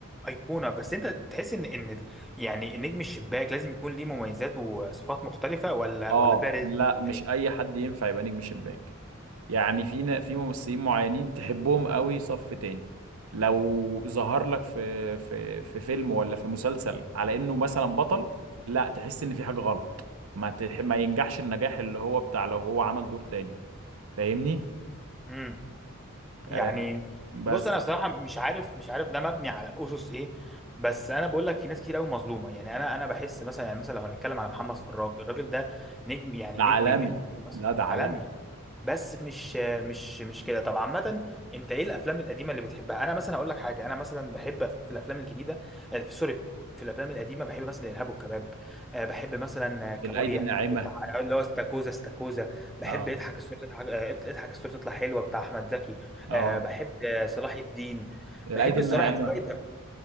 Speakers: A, in the centre; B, on the right (about 80°).
A: ايقونه بس انت تحس ان ان ال- يعني النجم الشباك لازم يكون ليه مميزات وصفات مختلفه ولا
B: اه
A: ولا ده رزق
B: لا
A: ولا
B: مش
A: ايه؟
B: اي حد ينفع يبقى نجم شباك يعني في نا- في ممثلين معينين تحبهم قوي صف تاني لو ظهر لك في في في فيلم ولا في مسلسل على انه مثلا بطل لا تحس ان في حاجه غلط ما تح... ما ينجحش النجاح اللي هو بتاع لو هو عمل دور تاني فاهمني
A: إمم. يعني
B: آه بس
A: بص انا صراحه مش عارف مش عارف ده مبني على اسس ايه بس انا بقول لك في ناس كتير قوي مظلومه يعني انا انا بحس مثلا يعني مثلا لو هنتكلم على محمد فراج الراجل ده نجم يعني
B: ده عالمي
A: نجم كبير بس
B: لا ده
A: عالمي
B: عالمي
A: بس مش مش مش كده طب عامه انت ايه الافلام القديمه اللي بتحبها انا مثلا هقول لك حاجه انا مثلا بحب في الافلام الجديده آه، في سوري في الافلام القديمه بحب مثلا الارهاب والكباب آه، بحب مثلا آه، كابوريا
B: الايدي الناعمه
A: بتاع اللي هو استاكوزا استاكوزا بحب
B: اه
A: اضحك الصوره تضحك آه، اضحك الصوره تطلع حلوه بتاع احمد زكي
B: اه
A: آه بحب آه، صلاح الدين
B: الايدي
A: بحب
B: الناعمه
A: الصراحة شوية أف...